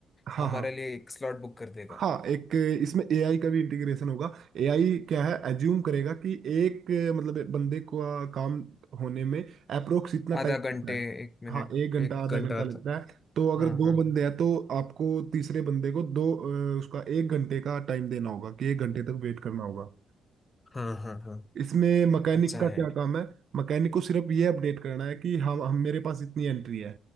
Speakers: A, on the right (about 60°); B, on the left (about 25°).
A: हाँ
B: हमारे
A: हाँ
B: लिए एक स्लॉट बुक कर देगा
A: हाँ एक इसमें एआई का भी इंटीग्रेशन होगा एआई क्या है एज्यूम करेगा कि एक मतलब एक बंदे को आ, काम होने में अप्रोक्स इतना
B: आधा
A: टाइम
B: घंटे
A: लगता है
B: एक मिनट
A: हाँ एक घंटा
B: एक
A: आधा
B: घंटा
A: घंटा लगता
B: तक
A: है तो अगर
B: हाँ
A: दो
B: हाँ
A: बंदे हैं तो आपको तीसरे बंदे को दो अ, उसका एक घंटे का टाइम देना होगा कि एक घंटे तक वेट करना होगा
B: हाँ हाँ हाँ
A: इसमें मैकेनिक
B: अच्छा
A: का
B: है
A: क्या काम है मैकेनिक को सिर्फ ये अपडेट करना है कि हम हम मेरे पास इतनी एंट्री है